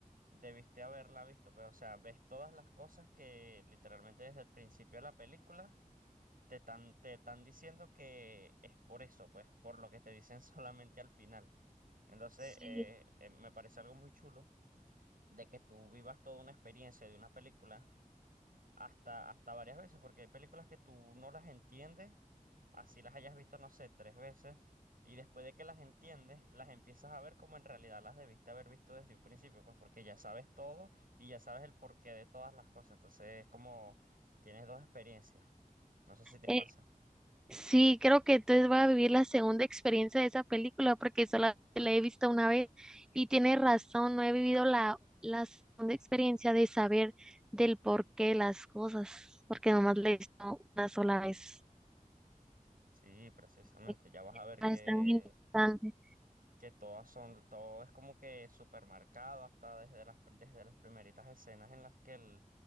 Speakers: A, on the right; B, in the centre.
A: debiste haberla visto, pero, o sea, ves todas las cosas que literalmente desde el principio de la película Te están, te están diciendo que es por eso, pues, por lo que te dicen <laughs> solamente al final. Entonces,
B: Sí.
A: eh, eh, me parece algo muy chulo de que tú vivas toda una experiencia de una película hasta, hasta varias veces, porque hay películas que tú no las entiendes, así las hayas visto, no sé, tres veces, y después de que las entiendes, las empiezas a ver como en realidad las debiste haber visto desde un principio, pues, porque ya sabes todo y ya sabes el porqué de todas las cosas. Entonces, es como tienes dos experiencias. No sé si te
B: Eh,
A: pasa.
B: sí, creo que entonces voy a vivir la segunda experiencia de esa película porque solamente la he visto una vez y tiene razón, no he vivido la, la segunda experiencia de saber del porqué de las cosas, porque nomás la he visto una sola vez.
A: Sí, precisamente,
B: Eh,
A: ya vas
B: Está,
A: a ver que,
B: está muy interesante.
A: que todas son, todo es como que supermercado hasta desde las, desde las primeritas escenas en las que el,